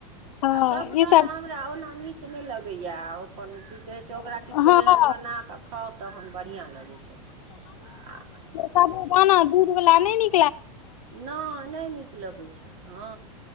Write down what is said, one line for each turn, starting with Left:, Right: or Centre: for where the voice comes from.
Left: हँ
Right: आ साबूदाना
Left: ई सब
Right: हमरा ओना नीक नीक नहि लगैया अपन की कहै छै
Left: हँ
Right: ओकरा किछो एहन
Left: हँ
Right: बना कऽ खाउ तहन बढ़िआँ लगै छै आ
Left: सबूदाना दूधबला नइ नि
Right: नहि नहि नीक लगै छै हँ।